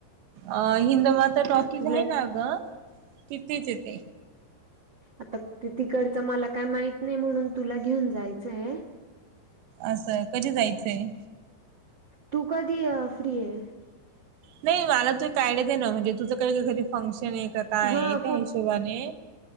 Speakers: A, on the right; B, on the right.
A: अ हिंदमाता टॉकीच
B: ते तुला
A: आहे ना ग तिथेच यथे
B: आता ते तिकडच मला काय माहित नाही म्हणून तुला घेऊन जायचंय
A: असं कध जायचंय
B: तू कधी फ्री आहे
A: नाही मला तू काळयच ना म्हणजे तुझं क कधी फंक्शन आहे का काय
B: हा
A: आहे त्या हिशोबाने